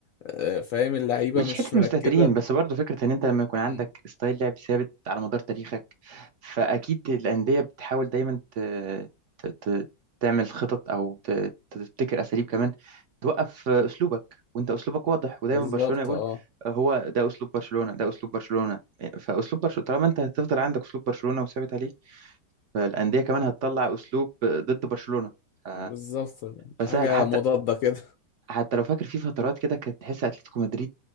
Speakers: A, on the left (about 80°); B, on the right (about 70°).
A: آه فاهم اللعيبة
B: مش
A: مش
B: حته
A: مركزة
B: مستهترين بس برضه فكره ان انت لما يكون
A: مم.
B: عندك ستايل لعب ثابت على مدار تاريخك فاكيد الانديه بتحاول دايما ت... ت... ت... تعمل خطط او ت... ت- تبتكر اساليب كمان توقف اسلوبك وانت اسلوبك واضح ودايما
A: بالظبط
B: برشلونه يقول
A: اه
B: هو ده اسلوب برشلونه ده اسلوب برشلونه فاسلوب برشلونه طالما انت هتفضل عندك اسلوب برشلونه وثابت عليه فالانديه كمان هتطلع اسلوب ضد برشلونه ف-
A: بالظبط
B: فسهل
A: حاجة
B: حتى
A: مضادة كده <laughs>
B: حتى لو فاكر في فترات كده كانت تحس اتلتيكو مدريد